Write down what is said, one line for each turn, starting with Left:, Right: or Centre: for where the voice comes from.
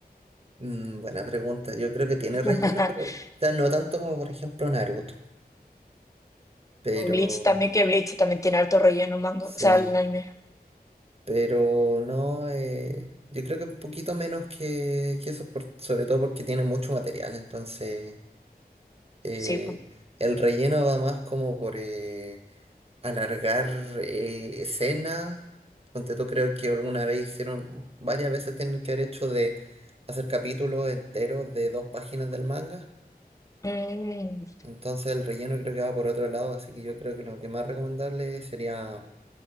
Right: Mm, buena pregunta. Yo creo que tiene relleno,
Left: <laughs>
Right: pero quizás no tanto como por ejemplo Naruto, pero
Left: O Bleach también, que Bleach también tiene harto relleno manga,
Right: sí.
Left: o sea, el anime.
Right: Pero no, eh, yo creo que un poquito menos que, que eso, por- sobre todo porque tiene mucho material, entonces eh,
Left: Sí, pues.
Right: el relleno va más como por eh, alargar eh, escenas. Ponte tú, creo que alguna vez hicieron, varias veces tienen que haber hecho de hacer capítulos enteros de dos páginas del manga.
Left: Mm,
Right: Entonces el relleno creo que va por otro lado, así que yo creo que lo que más recomendable sería